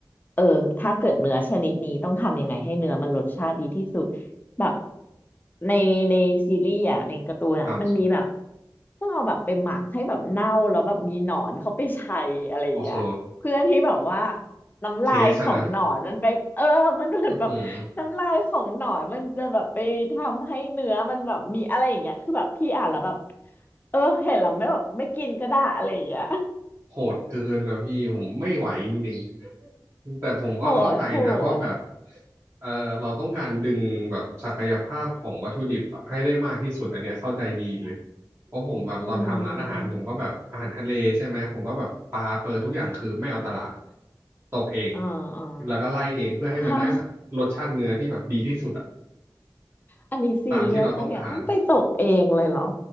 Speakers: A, on the left (about 25°); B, on the right (about 35°).
A: เออถ้าเกิดเนื้อชนิดนี้ต้องทำยังไงให้เนื้อมันรสชาติดีที่สุดแบบในในซีรีส์อ่ะในการ์ตูนอ่ะมันมีแบบ
B: ครับ
A: ต้องเอาแบบไปหมักให้แบบเน่าแล้วแบบมีหนอนเขาไปใช้อะไรอย่างเงี้ยเพื่อที่แบบว่า
B: โอ้โห
A: น้ำลายของหนอนมันไปเออมันเหมือนแบบ
B: เทสอะนะอื้อหือ
A: น้ำลายของหนอนมันจะแบบไปทำให้เนื้อมันแบบมีอะไรอย่างเงี้ยคือแบบพี่อ่านแล้วแบบเออเห็นแล้วไม่แบบไม่กินก็ได้อะไรอย่างเงี้ย
B: โหดเกินนะพี่ผมไม่ไหวจริงๆแต่ผมก็เข้าใจนะว่าแบบ
A: โหดโหด
B: เออเราต้องการดึงแบบศักยภาพของวัตถุดิบอะให้ได้มากที่สุดอันเนี้ยเข้าใจดีเลยเพราะผมแบบตอนทำร้านอาหารผมก็แบบอาหารทะเลใช่ไหมผมก็แบบปลาเปิดทุกอย่างคือไม่เอาตลาด
A: อืม
B: ตกเอง
A: อ่าอ่า
B: แล้วก็ไล่เองเพื่อให้มันได้สักรสชาติเนื้อที่แบบดีที่สุดอะ
A: ฮะอันนี้ซีเรียสปะเนี่ยต้องไปตกเองเลยเหรอ
B: ตามที่เราต้องการ